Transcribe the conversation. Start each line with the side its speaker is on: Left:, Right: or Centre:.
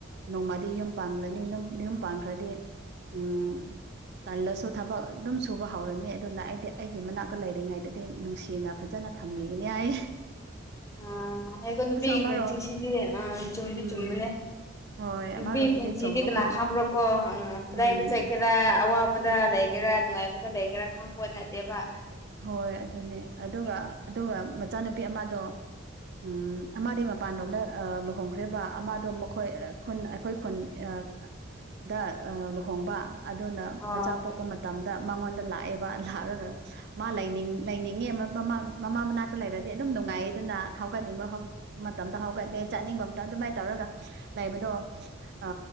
Right: ꯅꯣꯡꯃꯗꯤ ꯌꯨꯝ ꯄꯥꯟꯕꯅꯤ ꯅꯪ ꯌꯨꯝ ꯄꯥꯟꯈ꯭ꯔꯗꯤ ꯎꯝ ꯇꯜꯂꯁꯨ ꯊꯕꯛ ꯑꯗꯨꯝ ꯁꯨꯕ ꯍꯧꯔꯅꯤ ꯑꯗꯨꯅ ꯑꯩꯗꯤ ꯑꯩꯒꯤ ꯃꯅꯥꯛꯇ ꯂꯩꯔꯤꯉꯩꯗꯗꯤ ꯅꯨꯡꯁꯤꯅ ꯐꯖꯅ ꯊꯝꯕꯤꯒꯅꯦ ꯍꯥꯏꯌꯦ
Left: ꯎꯝ ꯑꯩꯗꯣ ꯅꯨꯄꯤꯒꯤ
Right: ꯑꯃꯔꯣꯝ
Left: ꯄꯨꯟꯁꯤꯁꯤꯗꯤ ꯎꯝ ꯆꯨꯝꯗꯤ
Right: ꯎꯝ
Left: ꯆꯨꯝꯕꯅꯦ
Right: ꯍꯣꯏ
Left: ꯅꯨꯄꯤ
Right: ꯑꯃꯔꯣꯝꯗꯗꯤ
Left: ꯄꯨꯟꯁꯤꯗꯤ
Right: ꯆꯨꯝꯕꯀꯣ
Left: ꯀꯅꯥ ꯈꯥꯡꯕꯔꯣ ꯀꯣ ꯑꯪ ꯀꯗꯥꯏꯗ
Right: ꯎꯝ
Left: ꯆꯠꯀꯦꯔꯥ ꯑꯋꯥꯕꯗ ꯂꯩꯒꯦꯔꯥ ꯅꯨꯡꯉꯥꯏ ꯕꯗ ꯂꯩꯒꯦꯔꯥ ꯈꯪꯄꯣꯠ ꯅꯠꯇꯦꯕ
Right: ꯍꯣꯏ ꯑꯗꯨꯅꯦ ꯑꯗꯨꯒ ꯑꯗꯨꯒ ꯃꯆꯥꯅꯨꯄꯤ ꯑꯃꯗꯣ ꯎꯝ ꯑꯃꯗꯤ ꯃꯄꯥꯟꯔꯣꯝꯗ ꯑ ꯂꯨꯍꯣꯡꯈ꯭ꯔꯦꯕ ꯑꯃꯗꯣ ꯃꯈꯣꯏ ꯑ ꯈꯨꯟ ꯑꯈꯣꯏ ꯈꯨꯟ ꯑ ꯗ ꯑ ꯂꯨꯍꯣꯡꯕ ꯑꯗꯨꯅ
Left: ꯑꯥ
Right: ꯃꯆꯥ ꯄꯣꯛꯄ ꯃꯇꯝꯗ ꯃꯉꯣꯟꯗ ꯂꯥꯛꯑꯦꯕ ꯂꯥꯛꯔꯒ ꯃꯥ ꯂꯩꯅꯤꯡ ꯂꯩꯅꯤꯡꯉꯦ ꯃꯃꯥ ꯃꯃꯥ ꯃꯅꯥꯛꯇ ꯂꯩꯔꯗꯤ ꯑꯗꯨꯝ ꯅꯨꯡꯉꯥꯏꯌꯦꯗꯅ ꯍꯧꯒꯠꯅꯤꯡꯕ ꯍꯧ ꯃꯇꯝꯗ ꯍꯧꯒꯠꯂꯦ ꯆꯥꯅꯤꯡꯕ ꯑꯝꯇ ꯑꯗꯨꯃꯥꯏꯅ ꯇꯧꯔꯒ ꯂꯩꯕꯗꯣ ꯑ